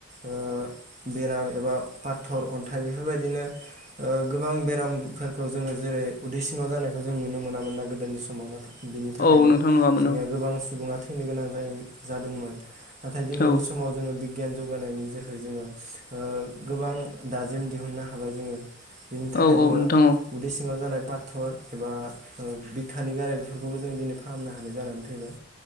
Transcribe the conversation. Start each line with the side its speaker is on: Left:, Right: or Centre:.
Right: ओ बेराम एबा पाथर अन्थाइ बेफोरबायदिनो ओ गोबां बेराम फोरखौ जोङो जेरै उदै सिङाव जानायखौ जों नुनो मोनामोन ना गोदोनि समाव ना बिनि थाखायनो
Left: औ नोंथां नुवामोन
Right: जोंनिया
Left: औ
Right: गोबां सुबुङा थैनो गोनां जायो जादोंमोन नाथाय दिनैनि
Left: औ
Right: समाव जोङो बि- गियान जौगानायनि जोहै जोङो ओ गोबां दाजिम दिहुननो हाबाय जोङो बिनि थाखाय
Left: औ
Right: जोङो
Left: औ नोंथां औ
Right: उदै सिङाव जानाय पााथर एबा ओ बिखानि गाराय बेफोरखौबो जों दिनै फाहामनो हानाय जानानै फैबाय